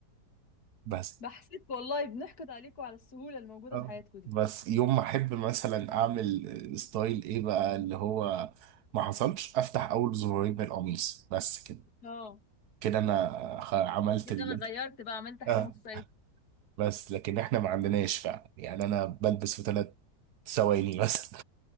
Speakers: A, on the right; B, on the left.
A: بس
B: بحسك والله بنحقد عليكم على السهولة الموجودة
A: اه
B: في حياتكم دي
A: بس يوم ما احب مثلا اعمل ستايل ايه بقى اللي هو ما حصلش افتح اول زرارين من القميص بس كده
B: اه
A: كده انا خ- عملت
B: كده
A: ال
B: انا غيرت بقى عملت حاجه
A: آه.
B: مختلفه
A: بس لكن احنا ما عندناش فعلا يعني انا بلبس في ثلاث ثواني <laughs> بس